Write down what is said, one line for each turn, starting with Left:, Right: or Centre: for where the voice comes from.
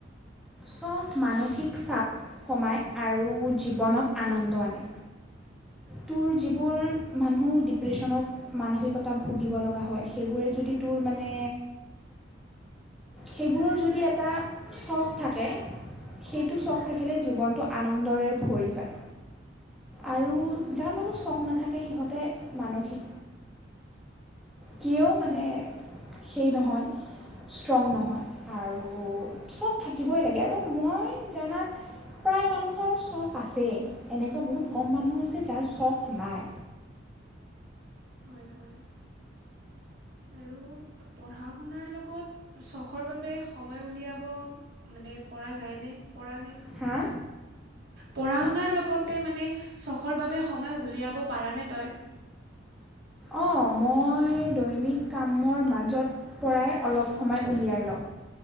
Centre: চখ মানসিক চাপ কমায় আৰু জীৱনত আনন্দ আনে তোৰ যিবোৰ
Right: উম,
Centre: মানুহ ডিপ্ৰেশ্যনত মানসিকতা ভুগিব লগা হয় সেইবোৰে যদি তোৰ মানে সেইবোৰৰ যদি এটা চখ। থাকে সেইটো চখ থাকিলে জীৱনটো আনন্দৰে ভৰি যায়। আৰু
Right: হয়
Centre: যাৰ মানুহ চখ নাথাকে। ত সিহঁতে মানসিক। কিয় মানে।
Right: উম,
Centre: সেই নহয় ষ্ট্ৰং নহয় আৰু চখ থাকিবই লাগে আৰু মই জনাত প্ৰায় মানুহৰ চখ আছেই। এনেকুৱা
Right: হুম
Centre: বহুত
Right: হুম
Centre: কম মানুহ আছে যাৰ চখ। নাই।
Right: হয় হয়। আৰু পঢ়া শুনাৰ লগত, চখৰ বাবে সময় উলিয়াব মানে পৰা যায় নে পৰা নে
Centre: হা?
Right: পঢ়া শুনাৰ লগতে মানে চখৰ বাবে, সময় উলিয়াব পাৰানে তই?
Centre: অঁ, মই দৈনিক কামৰ মাজত পৰাই অলপ সময় উলিয়াই লওঁ।